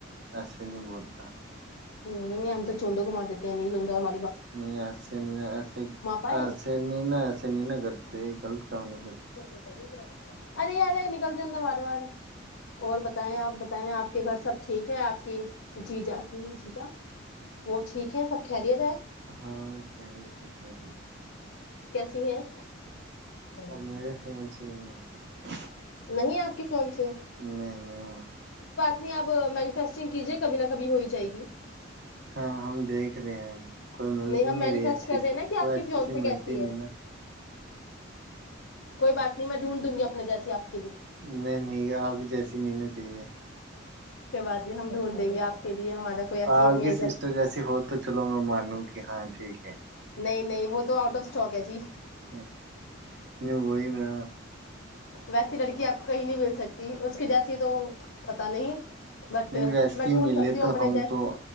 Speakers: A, on the right (about 60°); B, on the left (about 75°).
A: ایسے نہیں بولتا
B: نہیں نہیں ہم تو چونڈ گ ماتتے ہیں ن سور م
A: نہیں آس نہیں ن
B: پائے
A: اس نہیں ناس نہیں نگر تو غلط کام نہیں کرتے
B: سی سر یہ طر <unintelligible> ارے یارے نکل جد بار بار اور بتائیں آپ بتائیں آپ کے گھر سب ٹھیک ہے آپ کی جی جا کی جی جا وہ ٹھیک ہے سب خیریت ہے
A: ہاں خری سے خری
B: ت ہے بڑھیا
A: میرے فن سے نہیں ہے
B: نہیں آپ کی فیونسے
A: نہیں نہیں
B: تنی آپ مینفیسٹنگ کیجیے کبھی نہ کبھی ہو ہی جائے گی
A: ہاں ہم دیکھ رہے ہیں کوئی مل
B: ہم
A: نہیں
B: مینیفیسٹ
A: رہی اچھی
B: کر رہے
A: سی
B: ہیں نا کہ
A: کوئی
B: آپ
A: اچھی
B: کی فیونسے
A: سی ملتی
B: کیسی
A: نہیں
B: ہے
A: نا
B: کوئی بات نہیں میں ڈھونڈوں گی اپنے جیسی آپ کو
A: نہیں نہیں آپ جیسی نینا چاہیے
B: کوئی بات نہیں ہم ڈھونڈ دیں گے آپ کے لیے ہمارا کوئی ایسی
A: آپگ
B: میرے
A: سسٹر جیسی ہو تو چلو میں مانوں کہ ہاں ٹھیک ہے
B: نہیں نہیں وہ تو آؤٹ آف اسٹواک ہے جی
A: ہاں نہیں وہئی نا
B: ویسی لڑکی آپ کو کہیں نہیں مل سکتی اس کے جیسی تو پتا نہیں بٹ
A: نہیں ویسے
B: میں
A: ہی
B: ڈھونڈ
A: ملے
B: سکتی ہوں
A: تو
B: اپنے
A: ہم
B: جیسی
A: تو